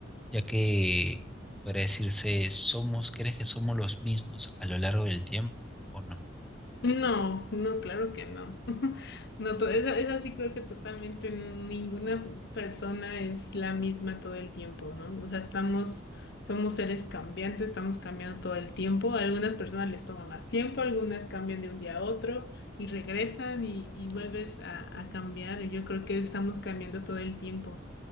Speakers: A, in the centre; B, on the left (about 60°).
A: Ya que podría decirse, ¿somos, crees que somos los mismos a lo largo del tiempo o no?
B: No, no, claro que no. <laughs> No, to- esa, esa sí creo que totalmente ninguna persona es la misma todo el tiempo, ¿no? O sea, estamos, somos seres cambiantes, estamos cambiando todo el tiempo. A algunas personas les toma más tiempo, algunas cambian de un día a otro y regresan y, y vuelves a, a cambiar. Y yo creo que estamos cambiando todo el tiempo.